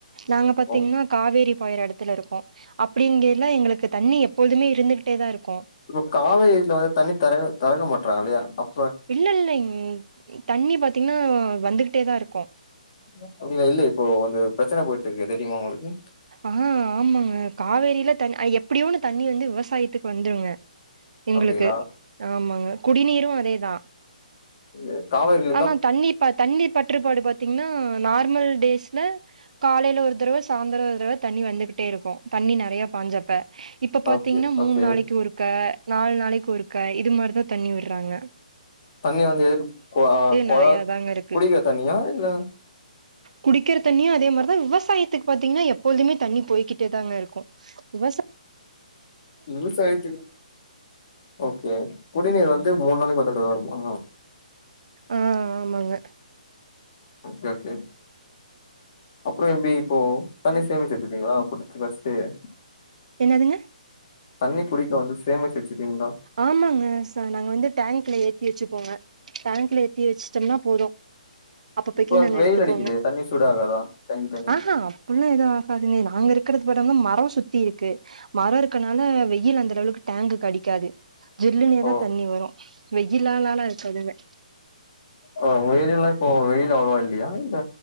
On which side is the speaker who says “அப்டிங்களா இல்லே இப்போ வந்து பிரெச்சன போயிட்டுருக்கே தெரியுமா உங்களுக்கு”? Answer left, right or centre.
Left